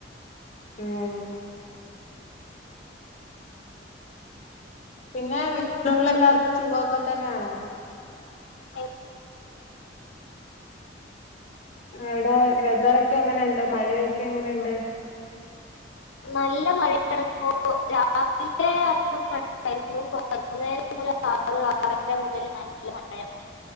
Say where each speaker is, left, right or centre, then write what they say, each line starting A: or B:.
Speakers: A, on the left (about 35°); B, on the left (about 75°).
A: മ് ഓഹ്. പിന്നെ വീട്ടിലുള്ള എല്ലാർക്കും സുഖ ഒക്കെ തന്നെയാണോ?
B: എ
A: അവിടെ വെതറൊക്കെ എങ്ങനെയ്ണ്ട് മഴയൊക്കെ എങ്ങനെയ്ണ്ട്?
B: നല്ല മഴയാണ് ഇപ്പോ. രാവിലെ അത്ര മഴയായിരുന്നു <unintelligible> വൈകുന്നേരം ഒര് ആറ് ആറര മുതൽ നല്ല മഴ.